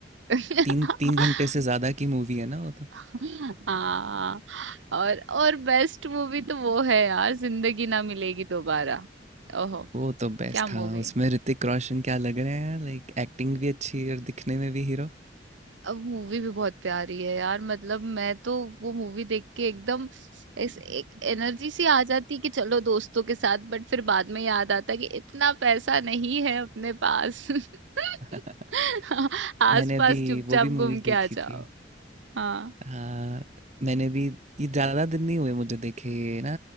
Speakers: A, on the right; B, on the right.
A: <laughs>
B: तीन तीन घंटे से ज्यादा की मूवी है ना वो तो
A: हाँ और और बेस्ट मूवी तो वो है यार जिंदगी ना मिलेगी दोबारा ओहो
B: वो तो बेस्ट
A: क्या मूवी
B: हाँ उसमें ऋतिक रोशन क्या लग रहे हैं लाइक एक्टिंग भी अच्छी और दिखने में भी हीरो
A: अब मूवी भी बहुत प्यारी है यार मतलब मैं तो वो मूवी देख के एकदम इस एक एनर्जी सी आ जाती है कि चलो दोस्तों के साथ बट फिर बाद में याद आता है कि इतना पैसा नहीं है अपने पास <laughs>
B: <laughs>
A: आसपास
B: मैंने अभी
A: चुपचाप
B: वो भी
A: घूम
B: मूवी
A: के
B: देखी
A: आ
B: थी
A: जाओ हाँ
B: हाँ मैंने भी ये ज्यादा दिन नहीं हुए मुझे देखे ये ना